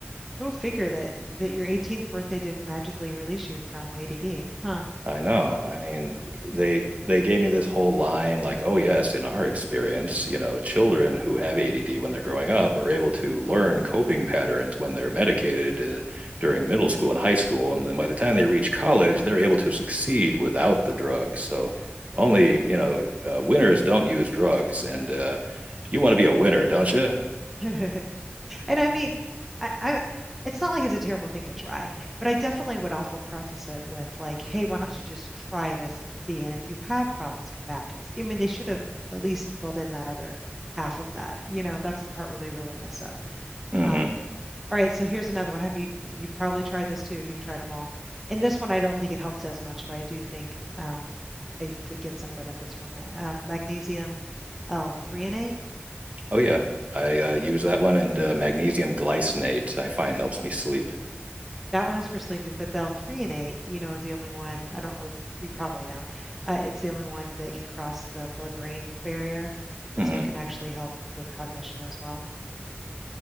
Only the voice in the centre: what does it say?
go figure that that your 18th birthday didn't magically release you from ADD, huh?
<laughs> And I mean, I, I it's not like it's a terrible thing to try, but I definitely would also preface it with like, hey, why don't you just try this and see? And if you have problems, come back to us. I mean, they should have at least filled in that other half of that. You know, that's the part where they really messed up.
Um, all right, so here's another one. Have you you've probably tried this too if you've tried them all. And this one I don't think it helps as much, but I do think um I f- get some benefits from it. Um, magnesium L3 and 8.
That one is for sleeping, but the three and eight, you know, is the only one I don't, or you probably know, uh, it's the only one that can cross the blood-brain barrier, and
so it can actually help with cognition as well.